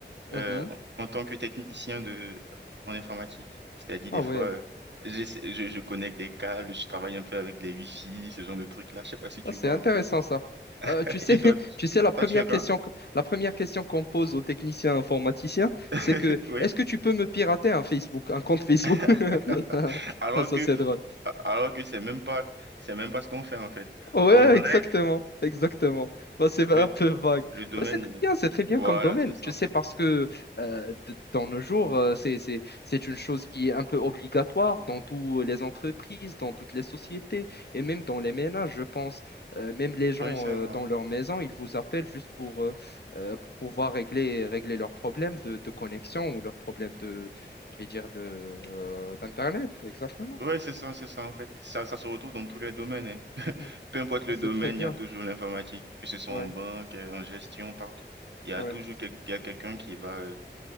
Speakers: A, on the left; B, on the right.
A: Mhm.
B: euh, en en tant que technicien de, en informatique. C'est-à-dire,
A: Ah
B: des fois,
A: ouais,
B: euh, j'essa- je, je connecte des câbles, je travaille un peu avec les Wi-Fi, ce genre de trucs-là. Je sais pas si tu
A: Ah, c'est
B: vois
A: intéressant
B: un peu.
A: ça.
B: <laughs>
A: Euh, tu sais,
B: Et
A: <laughs>
B: toi, tu-
A: tu sais, la première
B: toi, tu fais quoi?
A: question, que- la première question qu'on pose aux techniciens informaticiens, c'est
B: <laughs>
A: que
B: Oui.
A: est-ce que tu peux me pirater un Facebook, un compte Facebook?
B: <laughs>
A: <laughs>
B: Alors
A: Ah, Ça,
B: que,
A: c'est drôle.
B: alors que c'est même pas, c'est même pas ce qu'on fait, en fait.
A: Ouais,
B: En vrai,
A: exactement, exactement. Bah, c'est un
B: le,
A: peu vague.
B: le domaine,
A: Bah, c'est très
B: il est-
A: bien, c'est très bien
B: voilà,
A: comme domaine.
B: c'est ça,
A: Je sais
B: en fait.
A: parce que euh, de- dans nos jours, euh, c'est, c'est, c'est une chose qui est un peu obligatoire dans toutes les entreprises, dans toutes les sociétés et même dans les ménages, je pense. Euh, même les gens
B: Oui, c'est
A: euh,
B: vrai.
A: dans leur maison, ils vous appellent juste pour, euh, euh, pour pouvoir régler, régler leurs problèmes de, de connexion ou leurs problèmes de, je vais dire, de, euh, d'Internet. Exactement.
B: Ouais, c'est ça, c'est ça en fait. Ça, ça se retrouve dans tous les domaines. hein.
A: Mm.
B: Peu importe le
A: Bah,
B: domaine,
A: c'est très bien.
B: il y a toujours l'informatique, que ce soit
A: Ouais,
B: en banque, euh, en gestion, partout. Il y a
A: ouais.
B: toujours quel- il y a quelqu'un qui va euh,